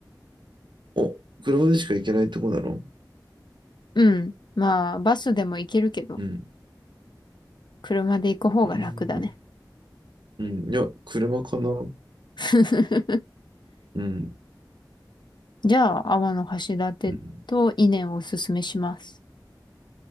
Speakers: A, on the right; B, on the left.
A: お、車でしか行けないとこなの
B: うん。まあ、バスでも行けるけど、
A: うん。
B: 車で行く方が楽だね。
A: うん。うん。いや、車かなうん。
B: <laughs>
A: うん。
B: じゃあ、天橋立と伊根をおすすめします。
A: うん